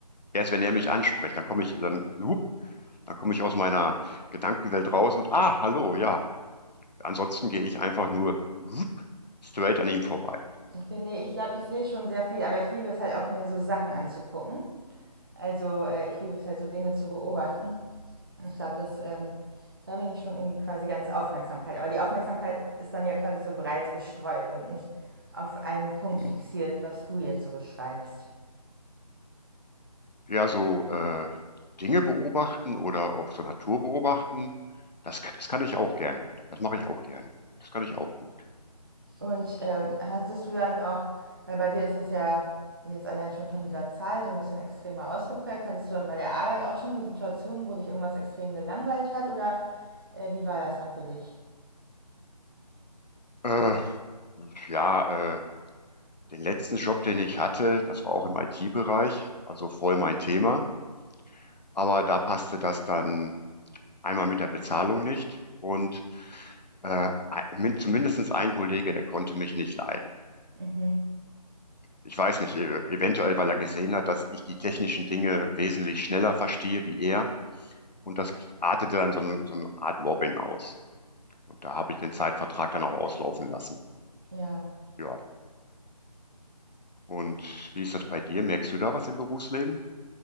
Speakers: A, on the left; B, on the right.
A: Erst wenn er mich anspricht, dann komme ich, dann, hup, dann komme ich aus meiner Gedankenwelt raus und ah, hallo, ja. Ansonsten gehe ich einfach nur hup, straight an ihm vorbei.
B: Okay, nee, ich glaube, ich sehe schon sehr viel, aber ich liebe es halt auch, mir so Sachen anzugucken. Also äh, ich liebe es halt, so Dinge zu beobachten. Ich glaube, das, ähm, da bin ich schon irgendwie quasi ganz Aufmerksamkeit. Aber die Aufmerksamkeit ist dann ja quasi so breit gestreut und nicht auf einen Punkt
A: Mhm.
B: fixiert, was du jetzt so beschreibst.
A: Ja, so äh, Dinge beobachten oder auch so Natur beobachten, das kann, das kann ich auch gerne. Das mache ich auch gerne. Das kann ich auch gut.
B: Und ähm, hattest du dann auch, weil bei dir ist das ja jetzt allein schon von dieser Zahl so ein bisschen extremer ausgeprägt, hattest du dann bei der Arbeit auch schon so Situationen, wo dich irgendwas extrem gelangweilt hat oder äh, wie war das dann für dich?
A: Äh, ja, äh, den letzten Job, den ich hatte, das war auch im IT-Bereich, also voll mein Thema. Aber da passte das dann einmal mit der Bezahlung nicht und äh, min- zumindest ein Kollege, der konnte mich nicht leiden.
B: Mhm.
A: Ich weiß nicht, e- eventuell, weil er gesehen hat, dass ich die technischen Dinge wesentlich schneller verstehe wie er. Und das artete dann so eine, so eine Art Mobbing aus. Und da habe ich den Zeitvertrag dann auch auslaufen lassen.
B: Ja.
A: Ja. Und wie ist das bei dir? Merkst du da was im Berufsleben?